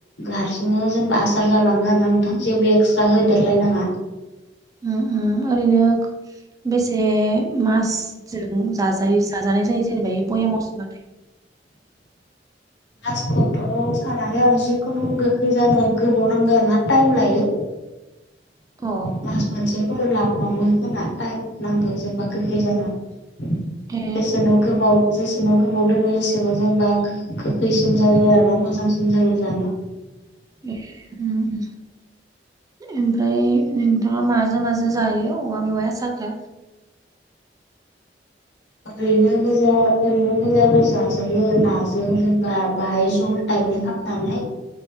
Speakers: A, on the left (about 75°); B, on the right (about 20°).
A: हारसिंनो जेनेबा आसार जालाङो आरो ना नोंथां जेबो दस्रा होदेरलायनाङा।
B: ओ ओ ओरैनो बेसे मासजों जाजायो जाजानाय जायो जेनेबा बेया बयामाव सो
A: कासखौथ' सानाखै आं जिखुनु गोखै जानो गोबाव नांगौ आरो ना टाइम लायो।
B: अ
A: मास मोनसेफोर <unintelligible> टाइम नांगौ जेनेबा गोखै जानो बेसेनो
B: ए
A: गोबाव जेसेनाव गोबाव दोनो एसेनाव जेनेबा गोखैसिन जायो आरोना मोजांसिन जायो जानो।
B: <unintelligible> ओमफ्राय नोंथाङा माजों माजों जायो औवा मेवाय आसारखौ?
A: ओरैनो गोजा ओरैनो गोजाबो जाजायो नाजों जेनबा <unintelligible> टाइमनि खालामनानै